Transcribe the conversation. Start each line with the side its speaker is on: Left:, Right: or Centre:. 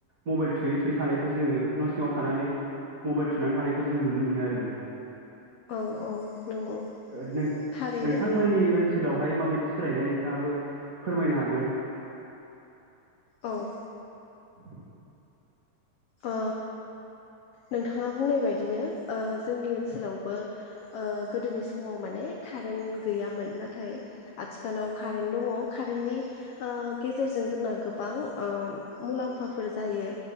Right: मबाइल थुयै थुयै थानायखौ जोङो न सिङाव थानानै मबेल थुनानै थानायखौ जों नुनो मोनो आरो नोंथां
Left: औ औ नंगौ
Right: ओ नों-नोंथांमोननि
Left: थारैनो
Right: ओन सोलावहाय माबायदि सोलायनाय नोंथाङाबो फोरमायनो हागोन
Left: औ
Right: <inaudible>
Left: औ नोंथाङा बुंनाय बायदिनो ओ जोंनि ओनसोलावबो ओ गोदोनि समाव माने कारेन्ट गैयामोन नाथाय आथिखालाव कारेन्ट दङ कारेन्टनि ओ गेजे जों जोंना गोबां ओम मुलाम्फाफोर जायो